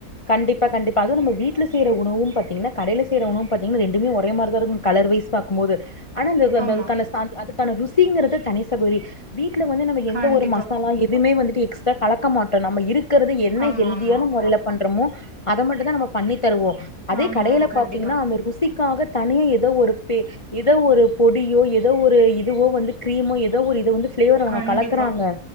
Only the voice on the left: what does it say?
கண்டிப்பா கண்டிப்பா அதுவு நம்ம வீட்ல செய்ற உணவு பாத்தீங்கன்னா கடையில செய்யிற உணவு பாத்தீங்கன்னா ரண்டுமே ஒர மாிதாருக்கு கலர்வைஸ் பாக்கபோது ஆனா அ அந்த
அதுக்கான அதுக்கான ருசிங்கிறது தனி சகோதரி வீட்ல வந்து நம்ம எந்த
ஒரு மசாலா எதுவுமே வந்துட்டு எக்ஸ்ட்ரா கலக்க மாட்டோ நம்ம இருக் ருக்குறது என்ன
ஹெல்தியான
மொறையில பண்றோமோ அத மட்டும்தா நம்ம பண்ணி தருவோ அதே
கடையில
பாத்தீங்கன்னா அந்த ருசிக்காக தனியே ஏதோ ஒரு பே ஏதோ ஒரு பொடியோ ஏதோ ஒரு இதுவோ வந்து கிரீமோ ஏதோ ஒரு இத வந்து ஃப்ளேவர் அவங்க
கலக்குறாங்க